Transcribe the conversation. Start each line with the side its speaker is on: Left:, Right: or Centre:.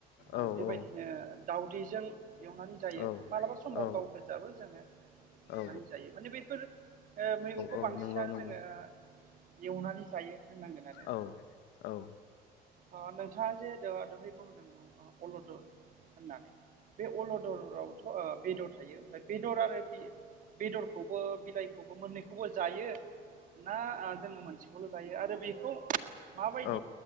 Right: ओ
Left: औ
Right: बेबायदिनो
Left: औ
Right: दाउदैजों एवनानै जायो।
Left: औ
Right: मालाबा समाव
Left: औ
Right: गाव गोजाबो जोङो एवनानै
Left: औ
Right: जायो। माने बेफोर मैगंखौ
Left: औ
Right: बांसिनानो
Left: नंगौ नंगौ
Right: जोङो एवनानै जायो होननांगोन आरो।
Left: औ औ।
Right: अ नोंथाङा जे द-दहाय बुंदोंमोन अलद होननानै बे अलदरावथ' ओ बेदर थायो ओमफ्राय बेदर आरो बेदरखौबो बिलाइखौ बो मोननैखौबो जायो ना ओ जों मोनसेखौल' जायो। आरो बेखौ माबो
Left: औ